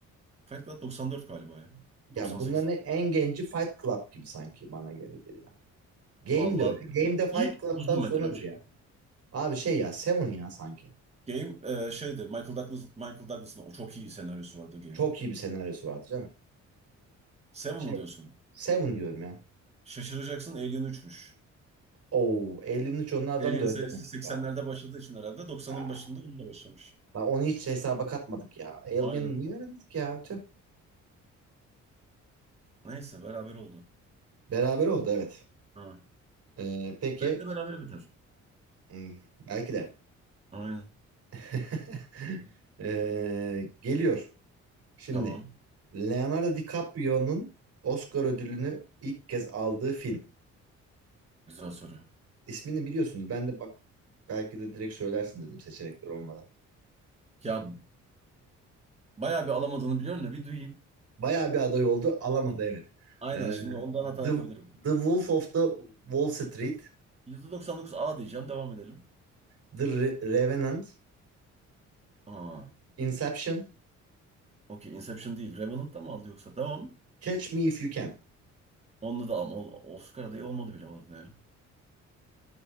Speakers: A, on the right; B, on the right.
A: Fight Club 94 galiba ya.
B: Ya
A: 98.
B: bunların en genci Fight Club gibi sanki bana gelir geliyor. Game
A: Vallahi
B: de öyle.
A: diyor
B: Game
A: ki,
B: de Fight
A: ilk
B: Club'tan
A: uzun
B: sonradır
A: metraj.
B: yani. Abi şey ya Seven ya sanki.
A: Game eee, şeydi Michael Douglas Michael Douglas'ın o çok iyi senaryosu vardı Game'in.
B: Çok iyi bir senaryosu vardı canım.
A: Seven
B: Şey
A: mı diyorsun?
B: Seven diyorum ya.
A: Şaşıracaksın Alien 3'müş.
B: Oo, Alien'in onlardan
A: Alien
B: da önce
A: serisi
B: demek
A: 80'lerde
B: ya.
A: başladığı için herhalde 90'ın
B: Aa,
A: başında onunla başlamış.
B: bak onu hiç hesaba katmadık ya. Alien
A: Aynen.
B: niye öyle dedik ya? Tüh.
A: Neyse beraber oldu.
B: Beraber oldu evet.
A: Ha.
B: Ee, peki
A: Belki de beraber biter.
B: hmm, belki de.
A: Aynen.
B: <laughs> Ee, geliyor. Şimdi
A: Tamam.
B: Leonardo DiCaprio'nun Oscar ödülünü ilk kez aldığı film.
A: Güzel soru.
B: İsmini biliyorsunuz. Ben de bak belki de direkt söylersin dedim seçenekler olmadan.
A: Ya bayağı bir alamadığını biliyorum da bir duyayım.
B: Bayağı bir aday oldu. Alamadı evet.
A: Aynen
B: Ee,
A: şimdi ondan hata
B: The,
A: yapabilirim.
B: The Wolf of the Wall Street,
A: %99 A diyeceğim. Devam edelim.
B: The Re- Revenant,
A: Aa.
B: Inception,
A: Okey Inception değil. Revenant da mı aldı yoksa? Tamam.
B: Catch Me If You Can.
A: Onunla da ama Oscar adayı olmadı bile orada. ya.